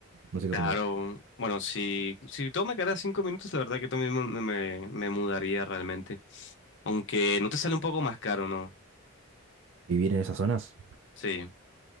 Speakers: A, on the right; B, on the left.
A: No sé qué
B: Claro,
A: opinamos.
B: bueno, si, si todo me quedara cinco minutos, la verdad que también me, me, me mudaría realmente. Aunque no te sale un poco más caro, ¿no?
A: ¿Vivir en esas zonas?
B: Sí.